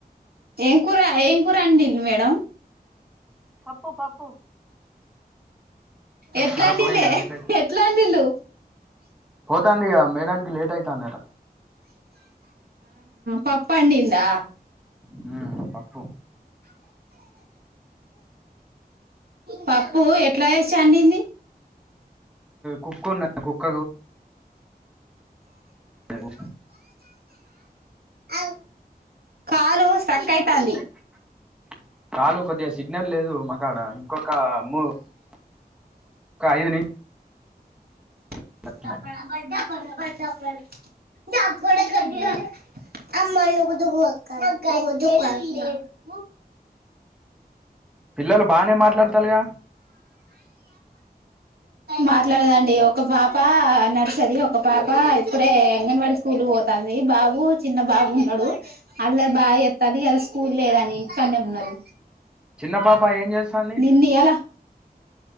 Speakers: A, on the right; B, in the centre.
A: ఏం కూర ఏం కూర అండిల్ మేడ
B: పప్పు పప్పు
A: ఎట్లాడిలే
B: సరే పోయి ఇగ లేట్ అయితది
A: ఎట్లాడిలు
B: పోతాంది ఇగ మేడానికి లేట్ అయితాందట
A: పప్పండందా
B: ఉమ్ పప్పు
A: పప్పు ఎట్లా వేసి చండింది
B: కుకున్న కుక్క పేరు
A: అవు కాలు సక్కయిత అంది
B: <unintelligible> కొద్దిగా సిగ్నల్ లేదు, మాకాడా ఇంకొక మూ. <unintelligible>
A: <unintelligible>
B: అట్లనే
A: <unintelligible>
B: పిల్లలు బానే మాట్లాడ్తాలుగా.
A: మాట్లాడదండి. ఒక పాప నర్సరీ, ఒక పాప ఇప్పుడే అంగన్వాడి స్కూల్కు పోతాంది. బాబు చిన్న బాబు ఉన్నాడు. అల్లరి బాగా చేత్తంది, ఇయలా స్కూల్ లేదని ఇంటికన్నె ఉన్నారు.
B: చిన్న పాప్. ప, ఏం జేస్తంది.
A: నిన్న ఇయాల